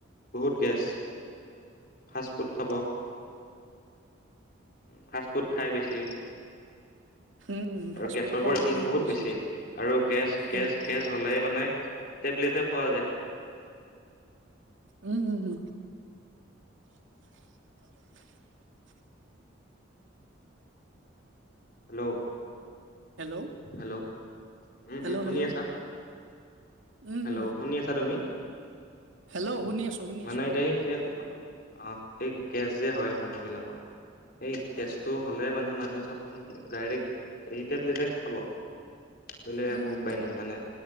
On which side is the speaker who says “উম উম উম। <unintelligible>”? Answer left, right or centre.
Right